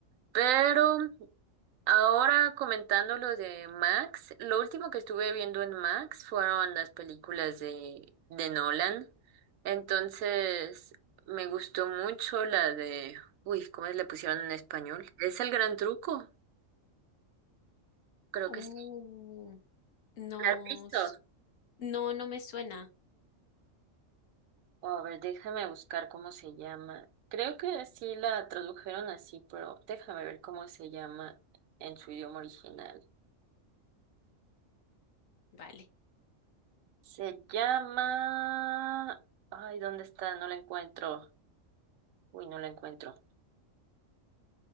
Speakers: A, on the right; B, on the left.
A: pero ahora comentando lo de Max, lo último que estuve viendo en Max fueron las películas de, de Nolan. Entonces, me gustó mucho la de, uy, ¿cómo le pusieron en español? ¿Es el gran truco? Creo
B: Uh,
A: que sí.
B: no,
A: ¿La has visto?
B: s- no, no me suena.
A: Oh, A ver, déjame buscar cómo se llama. Creo que sí la tradujeron así, pero déjame ver cómo se llama en su idioma original.
B: Vale.
A: Se llama... Ay, ¿dónde está? No la encuentro. Uy, no la encuentro.